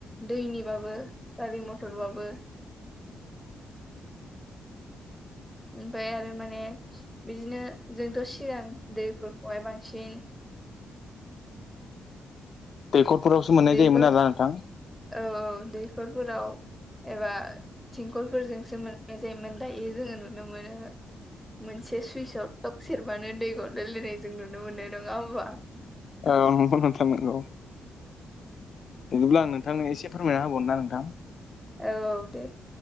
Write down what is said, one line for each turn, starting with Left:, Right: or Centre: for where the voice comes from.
Centre: दैनिबाबो गारि मथरबाबो ओमफफ्राय आरो माने बिदिनो जोंथ' सिगां दैफोरखौहाय बांसिन
Left: दैखरफोरावसो मोननाय
Centre: दैखर
Left: जायोमोन आरोना नोंथां।
Centre: औ औ दैखरफोराव एबा थिंखलफोरजोंसो जायोमोन दायो जोङो नुनो मोनो मोनसे <unintelligible> सुइसआव थट सेरबानो दै गदलायलायनाय जों नुनो मोननाय नङा होमबा?
Left: औ नोंगौ नोंथां नोंगौ बिदिब्ला आं नोंथांनो एसे फोरमायना होबावनो ना नोंथां?
Centre: औ दे